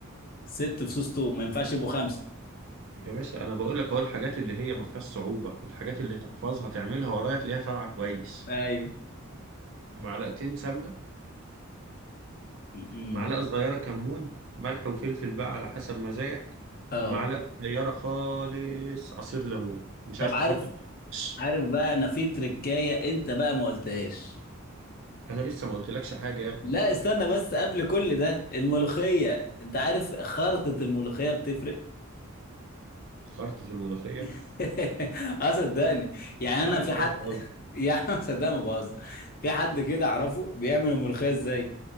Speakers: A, on the left; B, on the right.
A: ست فصوص توم ما ينفعش يبقوا خمسه
B: يا باشا انا بقول لك اهو الحاجات اللي هي ما فيهاش صعوبه الحاجات اللي تحفظها تعملها ورايا تلاقيها طالعه كويس
A: ايوه
B: معلقتين سمنه
A: امم
B: معلقه صغيره كمون ملح وفلفل بقى على حسب مزاجك
A: اه
B: معلقه صغيره خالص عصير ليمون مش
A: طب
B: عايز
A: عارف
B: تحط بس.
A: عارف بقى انا في تركايه انت بقى ما قلتهاش
B: انا لسه ما قلتلكش حاجه يا ابني
A: لا استنى بس قبل كل ده الملوخية انت عارف خرطة الملوخية بتفرق
B: خرطة الملوخيه
A: <laughs> اه صدقني يعني
B: يا
A: انا
B: عم انت
A: في حد
B: بقى خلاص.
A: <laughs> يا عم صدقني ما بهزر في حد كده اعرفه بيعمل الملوخية ازاي